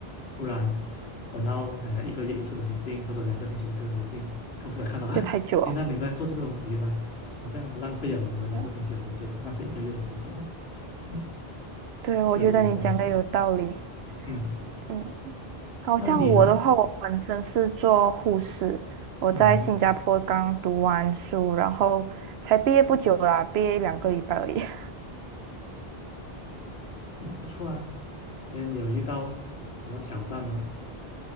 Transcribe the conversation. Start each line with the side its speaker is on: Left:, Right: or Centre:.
Left: 不然等到好像一个月一次的 meeting 或者两个星期一次的 meeting，客户才看到啊，
Right: 就太久了。
Left: 原来你们在做这个东西，原来好像很浪费了你们两个星期的时间了，
Right: 嗯
Left: 浪费一个月的时间了。嗯，
Right: 对，我觉得你讲的有道理。
Left: 这个就是我工作。嗯，
Right: 嗯。好像我的话，
Left: 那么你呢？
Right: 我本身是做护士，我在新加坡刚读完书，
Left: 嗯
Right: 然后才毕业不久啦，毕业两个礼拜而已。<laughs>
Left: 嗯，不错啊。那你有遇到什么挑战吗？